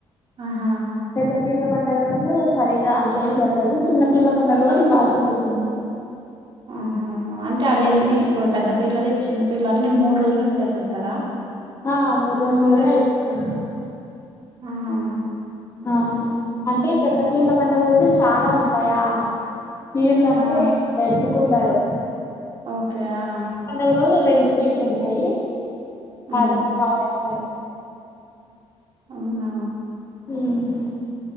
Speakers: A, on the right; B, on the left.
A: ఆహా
B: పెద్ద పీర్ల పండగ రోజు సరిగా అంతేం జరగదు చిన్న పీర్ల పండగ రోజు బాగా జరుగుతుంది
A: ఆహా అంటే అవి అన్నీ ఇప్పుడు పెద్ద పీర్లది ఇప్పుడు చిన్న పీర్లు అన్ని మూడు రోజులో చేసేస్తారా
B: ఆ మూడు
A: అంటే
B: రోజుల్లోనే
A: ముందే
B: అయిపోతుంది
A: ఆహా
B: ఆహా అంటే పెద్ద పీర్ల పండగ రోజు చాలా ఉంటాయా పీర్లంటే
A: ఆ
B: ఎత్తుకుంటారు
A: ఓకే ఆ
B: పండగ రోజులు రెండు పీర్లు ఉంటాయి
A: ఉమ్
B: ఆరోజు బాచేస్తారు
A: అవునా
B: హ్మ్